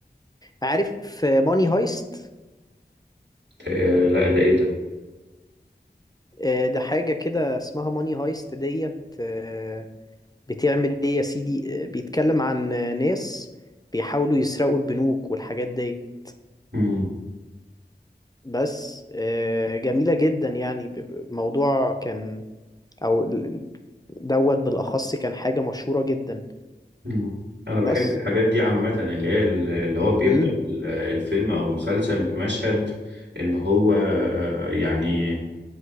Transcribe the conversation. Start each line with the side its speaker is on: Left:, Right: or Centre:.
Left: عارف ماني هايست
Right: آه لا ده ايه ده
Left: آه، ده حاجة كده اسمها ماني هايست ديت آه، بتعمل ايه يا سيدي آه، بيتكلم عن آه، ناس بيحاولوا يسرقوا البنوك والحاجات ديت
Right: مم.
Left: بس آه، جميلة جدا يعني ب- ب- الموضوع كان او ال- ال- دوت بالأخص كان حاجة مشهورة جدا
Right: مم. انا بحب
Left: بس
Right: الحاجات دي عامة اللي هي ال- اللي هو بيبدأ
Left: امم
Right: ال- الفيلم او المسلسل بمشهد ان هو آه، يعني